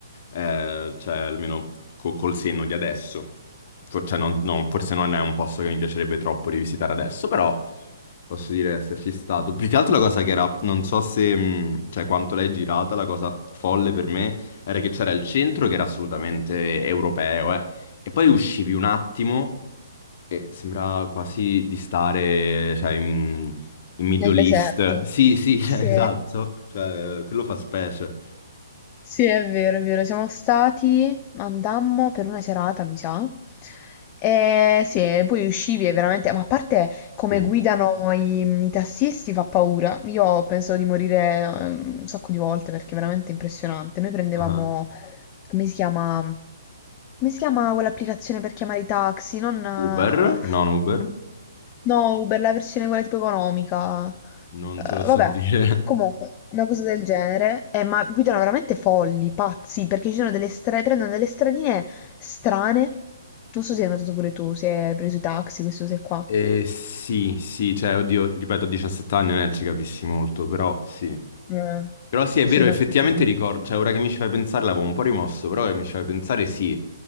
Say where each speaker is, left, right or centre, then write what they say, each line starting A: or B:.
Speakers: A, on the left (about 45°); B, on the left (about 25°).
A: Eh, cioè almeno co- col senno di adesso. For- cioè, non- non- forse non è un posto che mi piacerebbe troppo rivisitare adesso, però posso dire di esserci stato. Più che altro la cosa che era, non so se, mh, cioè quanto l'hai girata, la cosa folle per me era che c'era il centro che era assolutamente europeo, eh. E poi uscivi un attimo e sembrava quasi di stare, cioè, in, in Middle
B: nel deserto.
A: East. Sì, sì, <laughs> cioè,
B: Sì,
A: esatto. Cioè, quello fa specie.
B: sì, è vero, è vero. Siamo stati, andammo per una serata, mi sa. E sì, e poi uscivi e veramente, ma a parte come
A: Sì.
B: guidano i, i tassisti fa paura. Io penso di morire eh, un sacco di volte perché è veramente impressionante. Noi prendevamo,
A: Ah.
B: come si chiama? Come si chiama quell'applicazione per chiamare i taxi? Non... eh,
A: Uber? Non Uber?
B: No, Uber, la versione quella tipo economica.
A: Non
B: Eh,
A: te lo so
B: vabbè,
A: dire. <laughs>
B: comunque, una cosa del genere. Eh, ma guidano veramente folli, pazzi, perché ci sono delle stra- prendono delle stradine strane. Non so se hai notato pure tu, se hai preso i taxi, queste cose qua.
A: Eh, sì, sì, cioè, oddio, ripeto, a 17 anni non è che ci capissi molto, però sì.
B: Eh,
A: Però sì, è
B: sì,
A: vero,
B: no.
A: effettivamente
B: tipo-
A: ricordo, cioè, ora che mi ci fai pensare l'avevo un po' rimosso, però ora che mi ci fai pensare sì.